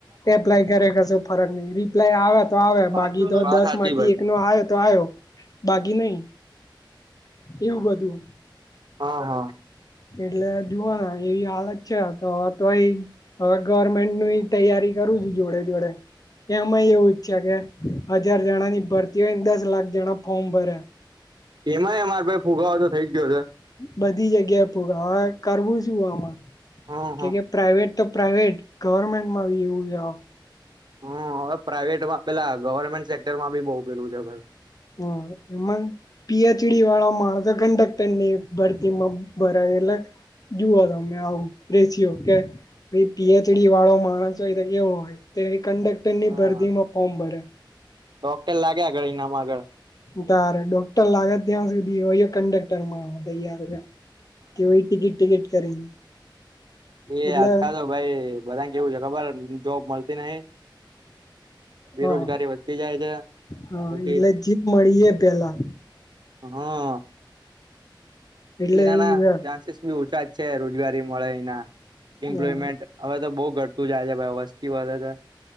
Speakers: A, on the left (about 50°); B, on the right (about 60°).
A: એપ્લાય કરે કશો ફરક નહી રિપ્લાય
B: નઈ
A: આવે તો આવે બાકી તો
B: વાત
A: દસ
B: હાચી
A: માંથી
B: ભાઈ
A: એક નો આવે તો આવ્યો. બાકી નહી. એવું બધું.
B: હા હા.
A: એટલે જોવોને એવી હાલત છે તો તો અ હવે ગવર્મેન્ટ નું તૈયારી કરું છું જોડે જોડે. એમાં એવું છે કે હજાર જણાની ભરતી હોયને દસ લાખ જણા ફોર્મ ભરે.
B: એમાંય અમારે ભાઈ ફુગવો તો થઇ ગયો છે.
A: બધી જગ્યાએ ફૂગાવો હવે કરવું શું આમાં
B: હા
A: કે
B: હા
A: કે પ્રાઈવેટ તો પ્રાઈવેટ ગવર્મેન્ટમાં બી એવું.
B: હમ હવે પ્રાઈવેટમાં પેલા ગવર્મેન્ટ સેક્ટરમાં બી બહુ પેલું છે
A: હા એમાં પીએચડી વાળા માણસો કંડક્ટર ની ભરતીમાં ભરાય એટલે. જુઓ તમે આવું રેસીઓ કે પીએચડી વાળો માણસ હોય તો કેવો હોય કંડક્ટર ની
B: હા
A: ભરદીમાં પોર્મ ભર્યા
B: ડોક્ટર લાગે આગળ એનામાં આગળ
A: તારે ડોક્ટર લાગે ત્યાં સુધી હોય કંડક્ટર માં તૈયાર કેય ટિકિટ ટિકિટ કરીને.
B: એ
A: એટલે
B: આજકાલ તો ભાઈ બધાને કેવું છે, ખબર જોબ મળતી નહી બેરોજગારી
A: હા
B: વધતી જાય છે
A: હા
B: પછી
A: એટલે જીપ મળી એ પેલા
B: હમ.
A: એટલે
B: એનાના
A: એવું છે
B: ચાન્સીસ બી ઓછા જ છે રોજગારી મળે એના. એમ્પ્લોયમેન્ટ
A: હા
B: હવે તો બહુ ઘટતું જાય છે ભાઈ વસ્તી વધે છે.